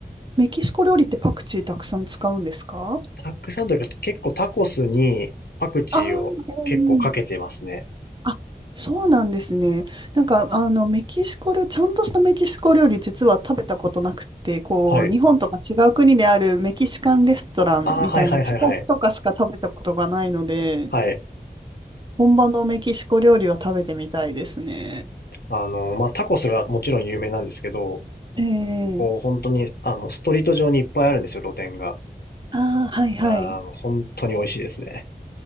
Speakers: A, on the right; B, on the left.
A: メキシコ料理ってパクチーたくさん使うんですか
B: たくさんというか結構タコスにパクチーを結構かけてますね。
A: ああー、あそうなんですね。なんか、あの、メキシコ料、ちゃんとしたメキシコ料理、実は食べたことなくて、こう、
B: はい。
A: 日本とか違う国であるメキシカンレストランみたいなタコスとかしか食べたことがないので、
B: ああ、はいはいはいはい。はい。
A: 本場のメキシコ料理は食べてみたいですね。
B: あの、まあ、タコスがもちろん有名なんですけど、
A: ええ
B: こう、本当に、あの、ストリート上にいっぱいあるんですよ、露店が。
A: ああー、はいはい。
B: いやー、もう本当に美味しいですね。